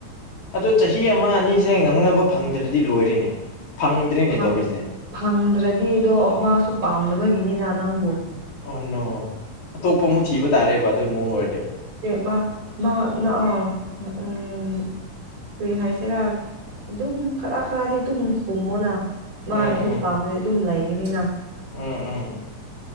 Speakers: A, on the left; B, on the right.
A: ꯑꯗꯣ ꯆꯍꯤ ꯑꯃ ꯑꯅꯤꯁꯦ ꯉꯥꯡꯅꯕ ꯐꯪꯗ꯭ꯔꯗꯤ ꯂꯣꯏꯔꯤꯅꯦ ꯐꯪꯗ꯭ꯔꯤꯅꯦ
B: ꯐꯪ
A: ꯇꯧꯔꯤꯁꯦ
B: ꯐꯪꯗ꯭ꯔꯗꯤ ꯑꯗꯣ ꯃꯥꯁꯨ ꯄꯥꯝꯅꯕꯒꯤꯅꯤꯅ ꯅꯪꯕꯨ
A: ꯑ ꯅꯣ ꯑꯇꯣꯞꯄ ꯑꯃꯨꯛ ꯊꯤꯕ ꯇꯥꯔꯦꯕ ꯑꯗꯨꯒꯤ ꯃꯑꯣꯡ ꯑꯣꯏꯔꯗꯤ
B: ꯃꯥ ꯃꯥ ꯑ ꯎꯝ ꯀꯩ ꯍꯥꯏꯁꯤꯔꯥ ꯑꯗꯨꯝ ꯈꯔ ꯈꯔꯗꯤ ꯑꯗꯨꯝ ꯍꯨꯝꯃꯣꯅ
A: ꯎꯝ
B: ꯃꯥꯅꯁꯨ
A: ꯎꯝ
B: ꯄꯥꯝꯝꯕꯗꯤ ꯑꯗꯨꯝ ꯂꯩꯒꯅꯤꯅ
A: ꯎꯝ ꯎꯝ